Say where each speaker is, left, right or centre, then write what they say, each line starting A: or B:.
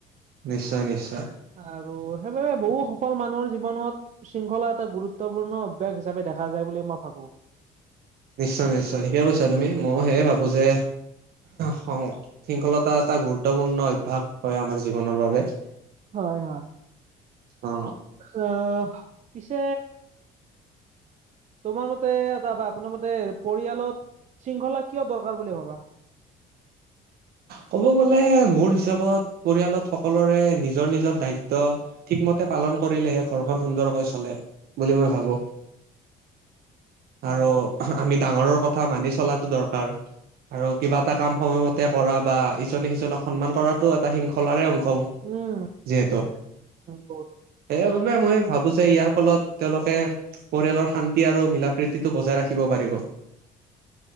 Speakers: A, on the right; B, on the right.
A: নিশ্চয় নিশ্চয়।
B: আৰু সেইবাবে বহু সফল মানুহৰ জীৱনত শৃংখলা এটা গুৰুত্বপূৰ্ণ অভ্যাস হিচাপে দেখা যায় বুলি মই ভাবো।
A: নিশ্চয় নিশ্চয় ঠিকেই কৈছা তুমি, ময়ো সেয়ে ভাবো, যে শৃংখলতা এটা গুৰুত্বপূৰ্ণ অভ্যাস হয় আমাৰ জীৱনৰ বাবে।
B: হয় হয়,
A: অ
B: আহ, পিছে তোমাৰ মতে এটাৰ আপোনাৰ মতে পৰিয়ালত শৃংখলা কিয় দৰকাৰ বুলি ভাবা?
A: ক'ব গলে মোৰ হিচাপত পৰিয়ালত সকলোৰে নিজৰ নিজৰ দায়িত্ব ঠিকমতে পালন কৰিলেহে ঘৰখন সুন্দৰকৈ চলে, বুলি মই ভাবো।
B: হয়
A: আৰু
B: হয়।
A: আমি ডাঙৰৰ কথা মানি চলাটো দৰকাৰ, আৰু কিবা এটা কাম সময় মতে তে কৰা বা ইজনে সিজনক সন্মান কৰাতটো এটা শৃংখলাৰে অংশ হ'ব।
B: উম।
A: যিহেতু,
B: বহুত
A: সেইবাবে মই ভাবো যে ইয়াৰ ফলত তেওঁলোকে পৰিয়ালৰ শান্তি আৰু মিলা প্ৰীতিটো বজাই ৰাখিব পাৰিব।